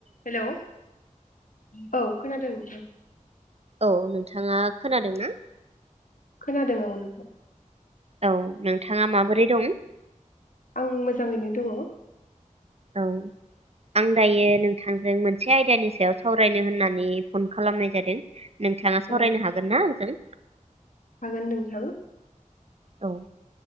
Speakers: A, on the left; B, on the right.
A: हेलौ औ खोनादों नोंथां।
B: औ नोंथाङा खोनादोंना?
A: खोनादों औ नोंथां।
B: औ नोंथाङा माबोरै दं?
A: आं मोजाङैनो दङ।
B: औ आं दायो नोंथांजों मोनसे आयदानि सायाव सावरायनो होननानै फन खालामनाय जादों। नोंथाङा सावरायनो
A: औ
B: हागोन ना आंजों?
A: हागोन नोंथां।
B: औ।